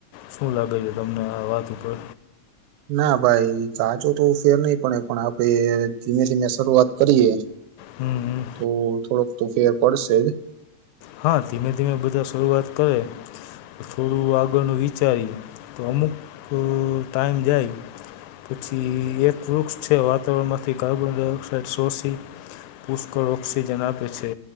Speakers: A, on the left; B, on the right.
A: શું લાગે છે તમને આ વાત ઉપર.
B: ના ભાઈ કાચો તો ફેર નહી પડે પણ આપડે ધીમે ધીમે શરૂઆત કરીએ
A: હમ હમ
B: તો થોડોક તો ફેર પડશે જ.
A: હા ધીમે ધીમે બધા શરૂઆત કરે થોડું આગળનું વિચારી તો અમુક ટાઈમ જાય પછી એક વૃક્ષ છે વાતાવરણમાંથી કાર્બન ડાયોક્સાાઈડ સોંસી પુષ્કળ ઓક્સિજન આપે છે